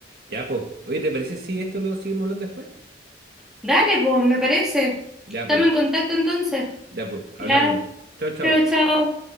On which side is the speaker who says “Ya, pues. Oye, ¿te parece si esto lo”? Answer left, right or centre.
Right